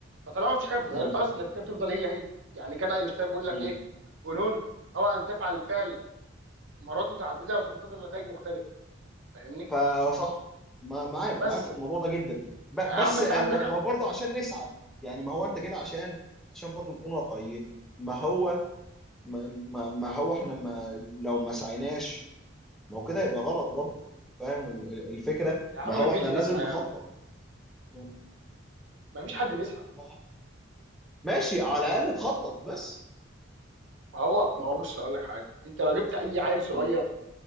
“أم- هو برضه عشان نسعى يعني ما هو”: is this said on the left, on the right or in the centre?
Centre